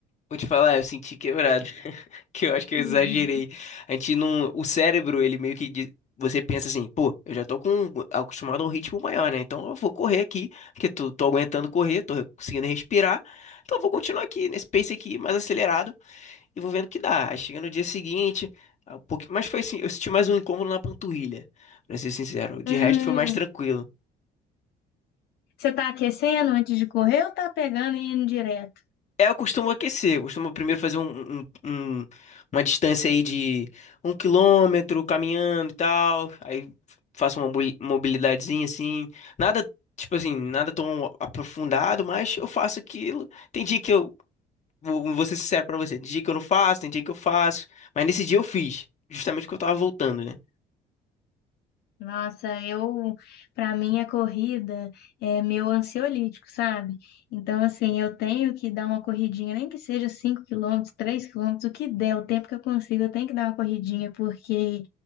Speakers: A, on the left; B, on the left.
A: Vou te falar, eu senti quebrado. que eu acho que eu
B: <laughs>
A: exagerei. A gente não. O cérebro, ele meio que. di- Você pensa assim, pô, eu já tô com acostumado a um ritmo maior, né? Então eu vou correr aqui, porque tô, tô aguentando correr, tô conseguindo respirar. Então eu vou continuar aqui, nesse pace aqui, mais acelerado, e vou vendo o que dá. Aí chega no dia seguinte, ah, um pouquinho, mas foi assim, eu senti mais um incômodo na panturrilha, pra ser sincero. De
B: Hum,
A: resto foi mais tranquilo.
B: você tá aquecendo antes de correr ou tá pegando e indo direto?
A: É, eu costumo aquecer, eu costumo primeiro fazer um, um- um- uma distância aí de um quilômetro caminhando e tal, aí faço uma mobili- mobilidadezinha assim, nada, tipo assim, nada tão aprofundado, mas eu faço aquilo, tem dia que eu, vou, vou ser sincero pra você, tem dia que eu não faço, tem dia que eu faço, mas nesse dia eu fiz, justamente porque eu tava voltando, né?
B: Nossa, eu, para mim a corrida é meu ansiolítico, sabe? Então, assim, eu tenho que dar uma corridinha, nem que seja 5 quilômetros, 3 quilômetros, o que der, o tempo que eu consigo, eu tenho que dar uma corridinha, porque,